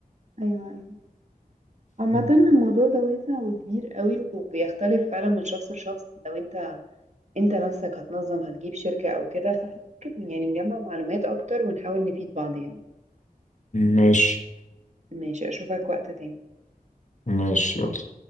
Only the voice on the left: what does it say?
مم.
ماشي
ماشي يلا